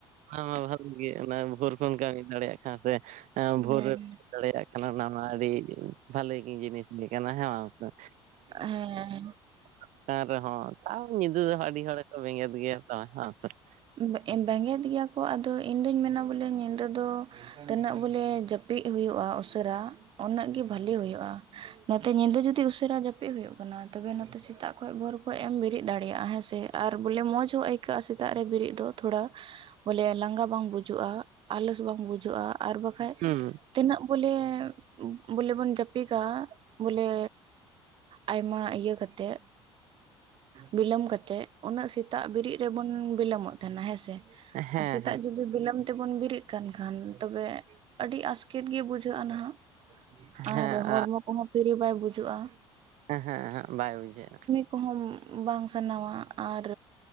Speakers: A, on the right (about 55°); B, on the right (about 35°).
A: ᱚᱱᱟ ᱢᱟ ᱵᱷᱟᱜ ᱜᱮ ᱚᱱᱟ ᱵᱷᱳᱨ ᱠᱦᱚᱱ ᱠᱟᱹᱢᱤᱢ ᱫᱟᱲᱮᱭᱟᱜ ᱠᱷᱟᱱ ᱥᱮ ᱵᱷᱳ
B: ᱦᱮᱸ ᱦᱮᱸ
A: ᱨᱮ ᱫᱟᱲᱮᱭᱟᱜ ᱠᱷᱟᱱ ᱚᱱᱟ ᱢᱟ ᱟᱹᱰᱤ ᱵᱷᱟᱞᱤ ᱜᱮ ᱡᱤᱱᱤᱥ ᱞᱮᱠᱟᱱᱟᱜ ᱦᱮᱸ ᱵᱟᱝ ᱥᱮ ᱾
B: ᱦᱮᱸ ᱾
A: <unintelligible> ᱨᱮᱦᱚᱸ ᱛᱟᱣ ᱧᱤᱫᱟᱹ ᱫᱚ ᱟᱰᱤ ᱦᱚᱲᱜᱮᱠᱚ ᱵᱮᱸᱜᱮᱫ ᱜᱮᱭᱟ ᱛᱚ ᱦᱮᱸ ᱥᱮ ᱾
B: ᱵᱮᱸ ᱵᱮᱸᱜᱮᱫ ᱜᱮᱭᱟ ᱠᱚ ᱟᱫᱚ ᱤᱧ ᱫᱩᱧ ᱢᱮᱱᱟ ᱵᱚᱞᱮ ᱧᱤᱫᱟᱹ ᱫᱚ ᱛᱤᱱᱟᱹᱜ ᱵᱚᱞᱮ ᱡᱟᱹᱯᱤᱜ ᱦᱩᱭᱩᱜᱼᱟ ᱩᱥᱟᱹᱨᱟ ᱩᱱᱟᱹᱜ ᱜᱮ ᱵᱷᱟᱹᱞᱤ ᱦᱩᱭᱩᱜᱼᱟ ᱾ ᱱᱚᱛᱮ ᱧᱤᱫᱟᱹ ᱡᱩᱫᱤ ᱩᱥᱟᱹᱨᱟ ᱡᱟᱯᱤᱜ ᱦᱩᱭᱩᱜ ᱠᱟᱱᱟ ᱛᱚᱵᱮ ᱱᱚᱛᱮ ᱥᱮᱛᱟᱜ ᱠᱷᱚᱡ ᱵᱷᱳᱨ ᱠᱷᱚᱡ ᱮᱢ ᱵᱮᱨᱮᱜ ᱫᱟᱲᱮᱭᱟᱜᱼᱟ ᱦᱮᱸᱥᱮ ᱟᱨ ᱵᱚᱞᱮ ᱢᱚᱸᱡᱽ ᱦᱚᱸ ᱟᱹᱭᱠᱟᱹᱜᱼᱟ ᱥᱮᱛᱟᱜ ᱛᱮ ᱵᱤᱨᱤᱫ ᱫᱚ ᱛᱷᱚᱲᱟ ᱵᱚᱞᱮ ᱞᱟᱸᱜᱟ ᱵᱟᱝ ᱵᱩᱡᱟᱹᱜᱼᱟ ᱟᱞᱚᱥ ᱵᱟᱝ ᱵᱩᱡᱟᱹᱜᱼᱟ ᱟᱨ ᱵᱟ ᱵᱟᱠᱷᱟᱡ
A: ᱦᱩᱸ
B: ᱛᱤᱱᱟᱹᱜ ᱵᱚᱞᱮ, ᱵᱚᱞᱮ ᱵᱚᱱ ᱡᱟᱹᱯᱤᱜ-ᱟ ᱵᱚᱞᱮ ᱟᱭᱢᱟ ᱤᱭᱟᱹ ᱠᱟᱛᱮ, ᱵᱤᱞᱚᱢ ᱠᱟᱛᱮᱜ ᱩᱱᱟᱹᱜ ᱥᱮᱛᱟᱜ ᱵᱮᱨᱤᱜ ᱨᱮᱵᱚᱱ ᱵᱤᱞᱚᱢᱚᱜ ᱛᱟᱦᱮᱱᱟ ᱦᱮᱸᱥᱮ,
A: ᱦᱮᱸ ᱦᱮᱸ
B: ᱟᱨ ᱥᱮᱛᱟᱜ ᱡᱩᱫᱤ ᱵᱤᱞᱚᱢ ᱛᱮᱵᱚᱱ ᱵᱮᱨᱤᱜ ᱠᱟᱱ ᱠᱷᱟᱱ ᱛᱚᱵᱮ ᱟᱹᱰᱤ ᱟᱥᱠᱮᱛ ᱜᱮ ᱵᱩᱡᱷᱟᱹᱜᱼᱟ ᱱᱟᱦᱟᱜ
A: ᱦᱮᱸ
B: ᱟᱨ ᱦᱚᱲᱢᱚ
A: ᱟᱜ
B: ᱠᱚᱦᱚᱸ ᱯᱷᱤᱨᱤ ᱵᱟᱭ ᱵᱩᱡᱩᱜᱼᱟ ᱾
A: ᱦᱮᱸ ᱦᱮᱸ ᱦᱮᱸ ᱵᱟᱭ ᱵᱩᱡᱷᱟᱹᱜᱼᱟ ᱾
B: ᱠᱚᱦᱚᱢ ᱵᱟᱝ ᱥᱟᱱᱟᱢᱟ ᱟᱨ